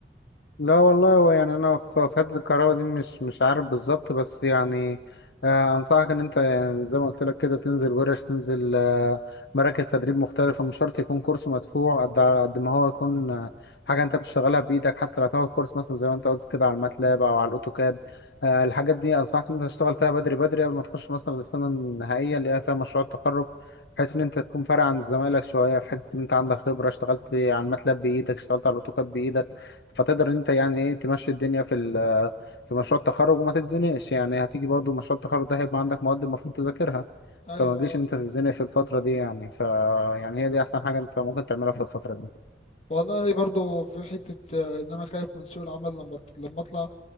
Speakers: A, on the left; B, on the left.
A: لا والله هو يعني انا في في حته الكهرباء دي مش مش عارف بالظبط بس يعني آه، انصحك ان انت يعني زي ما قلت لك كده تنزل ورش تنزل آه، مراكز تدريب مختلفه مش شرط يكون كورس مدفوع قد على قد ما هو يكون آه، حاجه انت بتشتغلها بايدك حتى لو هتاخد كورس مثلا زي ما انت قلت كده على الماتلاب او على الاوتوكاد آه، الحاجات دي انصحك ان انت تشتغل فيها بدري بدري قبل ما تخش مثلا السنه النهائيه اللي هي فيها مشروع التخرج بحيث ان انت تكون فارق عن زمايلك شويه في حته ان انت عندك خبره اشتغلت على الماتلاب بايدك اشتغلت على الاوتوكاد بايدك فتقدر ان انت يعني ايه تمشي الدنيا في ال- في مشروع التخرج وما تتزنقش يعني هتيجي برضو مشروع التخرج ده هيبقى عندك مواد المفروض تذاكرها
B: ايوه
A: فما تجيش
B: اه
A: ان انت تتزنق في الفترة دي يعني ف يعني هي دي احسن حاجة انت ممكن تعملها في الفترة دي
B: والله برضو في حتة آه، ان انا خايف من سوق العمل لما لما اطلع